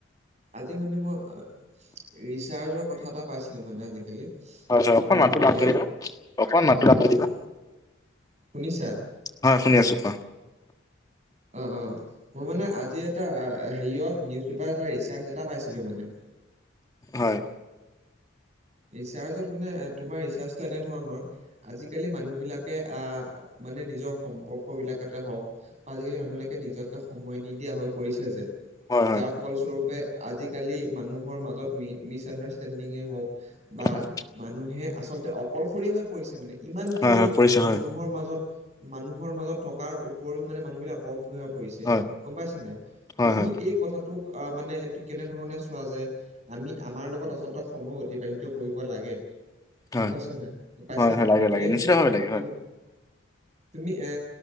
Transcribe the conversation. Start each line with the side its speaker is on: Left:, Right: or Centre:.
Right: আজি মানে মই ৰিচাৰ্জৰ কথা এটা পাইছিলোঁ, মানে আজিকালি।
Left: হয় হয়, অকনমান
Right: নতুনকে
Left: মাতটো ডাঙৰকে দিবা। অকনমান মাতটো ডাঙৰকে দিবা।
Right: শুনিছাঁ!
Left: হয়, শুনি আছোঁ কোৱা।
Right: অ'অ', মই মানে আজি এটা হেৰিয়ত নিউজ পেপাৰত এটা ৰিচাৰ এটা পাইছিলোঁ মানে।
Left: হয়।
Right: ৰিচাৰ্জত মানে, তোমাৰ ৰিচাৰ্জটো এনেধৰণৰ। আজিকালি মানুহ বিলাকে অ'নিজৰ সম্পৰ্ক বিলাকতে হওঁক। আজিকালি মানুহ বিলাকে নিজকে সময় নিদিয়া হৈ পৰিছে যে।
Left: হয় হয়
Right: যাৰ ফলস্বৰূপে আজিকালি মানুহৰ মাজত মিছ আন্দাৰষ্টেণ্ডিং হওঁক। বা
Left: হয়
Right: মানুহে আচলতে অকলশৰীয়া হৈ পৰিছে মানে। ইমান খিনি
Left: হয় হয়, পৰিছে
Right: মানুহৰ
Left: হয়
Right: মাজত, মানুহৰ মাজত থকাৰ উপৰিও মানে মানুহবিলাক- অসুবিধাত পৰিছে,
Left: হয়
Right: গম পাইছা নে নাই। তুমি
Left: হয় হয়
Right: এই- কথাটোক মানে কেনেধৰণে চোৱা যায়, আমি আমাৰ লগত আচলতে সময় অতিবাহিত কৰিব লাগে। গম
Left: হয়
Right: পাইছান নাই, পাইছা
Left: হয় হয়
Right: নাই।
Left: লাগে
Right: তেতিয়া
Left: লাগে নিশ্চিতভাৱে
Right: ক্ষেত্ৰত
Left: লাগে
Right: তুমি-
Left: হয়
Right: তুমি এ